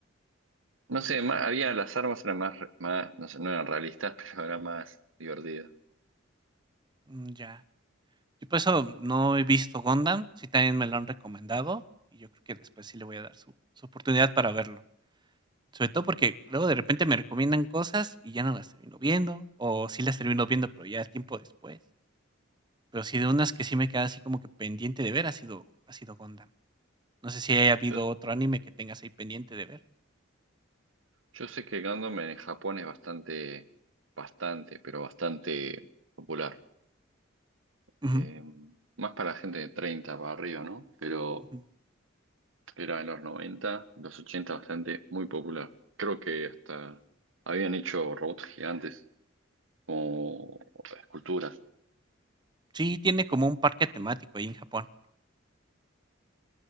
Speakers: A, on the right (about 75°); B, on the right (about 20°).
A: No sé, más- había las armas eran más, re- más, no sé, no eran realistas, <laughs> pero eran más divertidas.
B: Mm, Ya. Yo por eso no he visto Gundam, sí también me lo han recomendado y yo creo que después sí le voy a dar su, su oportunidad para verlo. Sobre todo porque luego de repente me recomiendan cosas y ya no las termino viendo, o sí las termino viendo, pero ya tiempo después. Pero sí de unas que sí me queda así como que pendiente de ver ha sido, ha sido Gundam. No sé si haya habido
A: Yo
B: otro anime que tengas ahí pendiente de ver.
A: Yo sé que Gundam en Japón es bastante, bastante, pero bastante popular.
B: Ujú,
A: Eh, más para gente de 30 para arriba, ¿no? Pero
B: ujú.
A: era en los 90, los 80 bastante muy popular. Creo que hasta habían hecho robots gigantes como esculturas.
B: Sí, tiene como un parque temático ahí en Japón.